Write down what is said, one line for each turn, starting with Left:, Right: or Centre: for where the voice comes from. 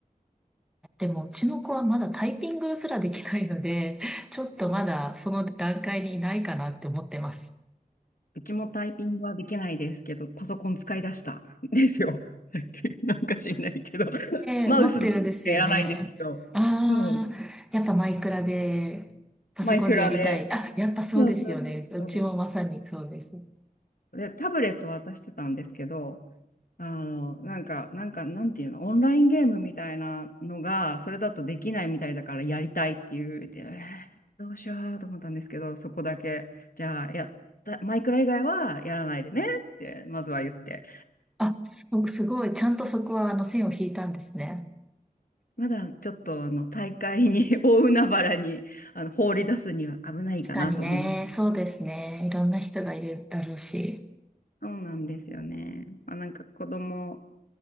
Centre: でも、うちの子はまだタイピングすらできないので、ちょっとまだその段階にいないかなって思ってます。
Left: うちもタイピングはできないですけど、パソコン使い出したん <laughs> ですよ。<laughs> 最近なんか知んないけど、<laughs>
Centre: ええ、
Left: マウスしかやらないですけど、
Centre: 持ってるんですよね。ああ、
Left: そう、
Centre: やっぱマイクラで、パソコンでやりたい。
Left: マイクラで。
Centre: あ、やっぱそうですよね。
Left: そうそうそ
Centre: うちもまさにそうです。
Left: う。で、タブレット渡してたんですけど、あの、なんか、なんか、なんていうの、オンラインゲームみたいなのが、それだとできないみたいだからやりたいっていう、でえーどうしようと思ったんですけど、そこだけ、じゃあ、やった、マイクラ以外はやらないでねって、まずは言って。
Centre: あ、すごく、すごい。ちゃんとそこは、あの、線を引いたんですね。
Left: まだちょっとあの大会に <laughs> 大海原にあの放り出すには危ないかなと思います。
Centre: 確かにね。そうですね。いろんな人がいるだろうし。
Left: そうなんですよね。まあ、なんか子供、